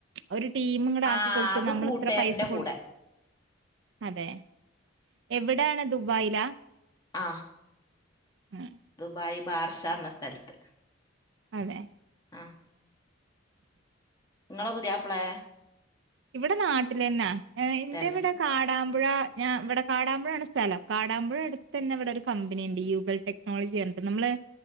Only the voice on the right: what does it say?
ഒരു ടീം ഇങ്ങട് ആക്കി
കൊടുക്കും
നമ്മൾ
ഇത്ര പൈസ കൊടുക്കും
അതെ എവിടാണ് ദുബായിലാ
മ്മ്
അതെ
ഇവിടെ നാട്ടിലെന്ന എന്റെ
ഇവിടെ കാടാ മ്പുഴ ഞ ഇവിടെ കാടാമ്പുഴ ആണ് സ്ഥലം കാടാമ്പുഴ അടുത്ത് തന്നെ ഇവിടെ ഒരു കമ്പനി ഉണ്ട് യൂബൽ ടെക്നോളജി നമ്മള്